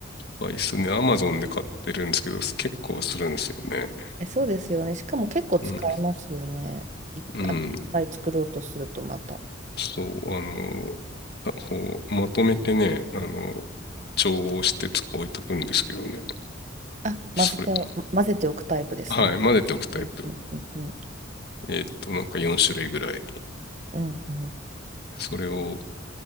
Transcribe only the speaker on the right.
え、そうですよね。しかも結構使えますよね。
いっぱい、
いっぱい作ろうとするとまた。
あ、混ぜちゃう、
混ぜておくタイプですね。
うんうんうんうん。
うんうん。